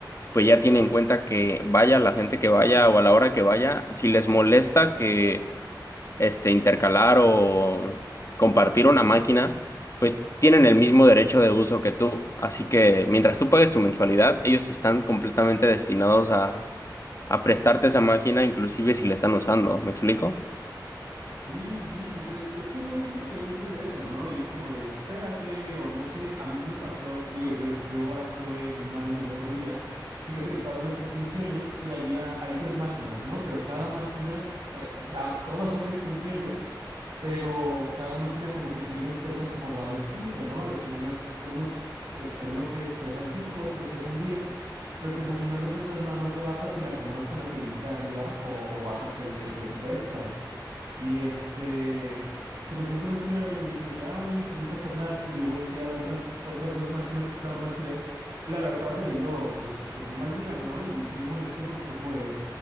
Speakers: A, on the left (about 40°); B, on the right (about 75°).
A: pues ya tiene en cuenta que vaya la gente que vaya o a la hora que vaya, si les molesta que este, intercalar o compartir una máquina, pues tienen el mismo derecho de uso que tú. Así que mientras tú pagues tu mensualidad, ellos están completamente destinados a, a prestarte esa máquina, inclusive si la están usando. ¿Me explico?
B: Sí, sí, sí, pues es, es que luego hay gente que no entiende eso, ¿no? Y es como de, espérate, o no sé, a mí me pasó, digo, yo, yo actué mal el otro día, fíjate que estaba en las extensiones y había, hay tres máquinas, ¿no? Pero cada máquina, eh, da- todas son de extensiones, pero cada máquina como que tiene el peso acomodado distinto, ¿no? Este, unas, unos, este, bloques pesan 5, otros pesan 10. Pero pues a final de cuentas nada más le bajas y le acomodas con la perillita de arriba o, o bajas el el pesito extra. Y este, se me acerca una señora y me dice que, ay, oye, podemos alternar. Y yo volteé a ver las otras dos máquinas que estaban vacías. Y la verdad estaba teniendo, pues, pues un mal día, ¿no? Y, y sí me molesté porque fue como de,